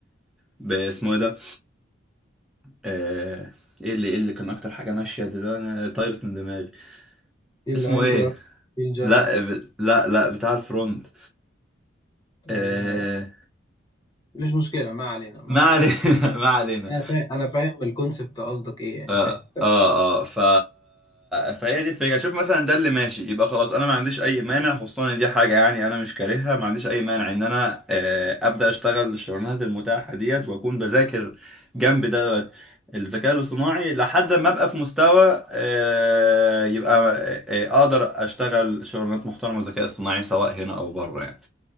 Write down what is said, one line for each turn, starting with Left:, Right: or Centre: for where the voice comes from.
Centre: باسمه ايه ده آه، ايه اللي ايه اللي كان اكتر حاجه ماشيه دلوقتي انا طايرت من دماغي
Left: إيه الانجلر
Centre: اسمه ايه
Left: ايه الجافا
Centre: لا ب... لا لا بتاع الفرونت آه...
Left: آه، مش مشكله ما علينا ما
Centre: ما علينا
Left: علينا
Centre: <laughs> ما علينا
Left: انا فاهم انا فاهم الكونسبت قصدك ايه يعني
Centre: اه
Left: فاهم
Centre: اه اه ف... فهي دي الفكره شوف مثلا ده اللي ماشي يبقى خلاص انا ما عنديش اي مانع خصوصا ان دي حاجه يعني انا مش كارهها ما عنديش اي مانع ان انا آه ابدا اشتغل الشغلانات المتاحه ديت واكون بذاكر جنب ده الذكاء الاصطناعي لحد ما ابقى في مستوى آه يبقى آه آه، اقدر اشتغل شغلانات محترمه ذكاء اصطناعي سواء هنا او بره يعني